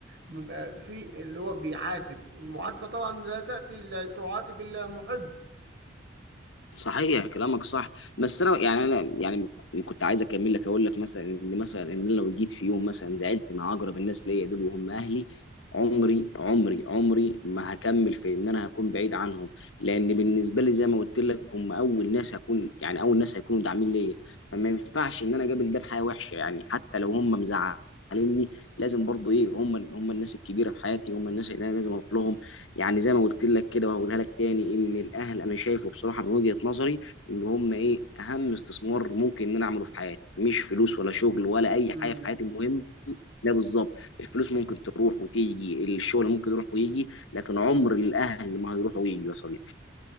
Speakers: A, on the right; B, on the left.
A: بيبقى في اللي هو بيعاتب والمعاتبه طبعا لا تاتي لا تعاتب الا محب
B: صحيح كلامك صح بس انا يعني انا يعني كنت عايز اكمل لك اقول لك مثلا ان مثلا ان أنا لو جيت في يوم مثلا زعلت مع اقرب الناس ليا دول وهم اهلي عمري عمري عمري ما هكمل في ان انا هكون بعيد عنهم لان بالنسبه لي زي ما قلت لك هم اول ناس هكون يعني اول ناس هيكونوا داعمين ليا فما ينفعش ان انا اقابل ده بحياه وحشه يعني حتى لو هم مزعليني لازم برضو ايه هم هم الناس الكبيره في حياتي هم الناس اللي انا لازم اروح لهم يعني زي ما قلت لك كده وهقولها لك تاني ان الاهل انا شايفه بصراحه من وجهه نظري ان هم ايه اهم استثمار ممكن ان انا اعمله في حياتي مش فلوس ولا شغل ولا اي
A: مم.
B: حاجه في حياتي المهم لا بالظبط الفلوس ممكن تروح وتيجي الشغل ممكن يروح ويجي لكن عمر الاهل ما هيروح ويجي يا صديقي